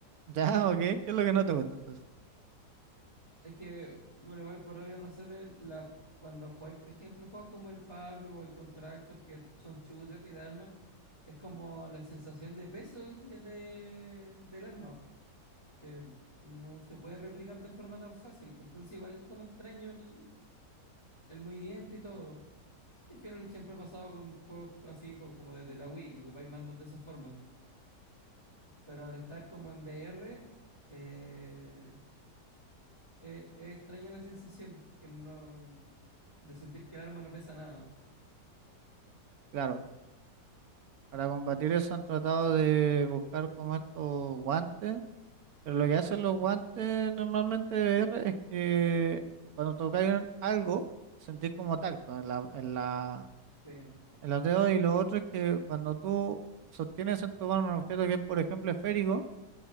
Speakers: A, on the right; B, on the left.
A: <laughs> ya, ok. ¿Qué es lo que no te gusta entonces?
B: Es que, bueno, igual por obvias razones, la, cuando jugáis, por ejemplo, juegos como el Pablo o el Contractor, que son shooter y de armas, es como la sensación de peso que es de, del arma, que no se puede replicar de forma tan fácil. pues, Entonces igual es como extraño el, el movimiento y todo. Que al final siempre ha pasado con juegos así co- como desde la Wii, que ocupáis mandos de esa forma. Pero al estar como en VR, eh, es, es extraña la sensación que no, de sentir que el arma no pesa nada.
A: Claro, para combatir eso han tratado de buscar como estos guantes. Pero lo que hacen los guantes normalmente de VR es que cuando tocáis algo, sentís como tacto en la, en la,
B: Sí,
A: en los dedos y lo otro es que cuando tú sostienes en tu mano un objeto que es, por ejemplo, esférico,